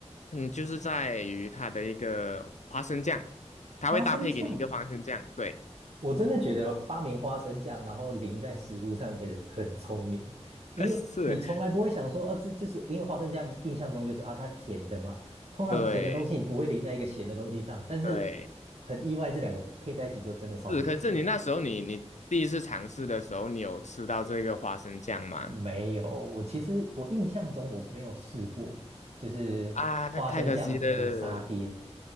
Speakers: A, on the left; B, on the right.
A: 嗯，就是在于它的一个花生酱，它会搭配给你一个花生酱，
B: 花生酱
A: 对，
B: 我真的觉得发明花生酱，然后淋在食物上的人很聪明，因为你从来不会想说，
A: <laughs> 是，
B: 啊，这就是因为花生酱印象中就是啊，它甜的嘛，通常甜的东西你不会淋在一个咸的东西上，
A: 对
B: 但是
A: 对。
B: 很意外，这两个配在一起就真的超级好吃。
A: 是，可是你那时候你你第一次尝试的时候，你有吃到这个花生酱吗？
B: 没有，我其实我印象中我没有试过，就是花生酱的沙爹，
A: 啊，那太可惜了。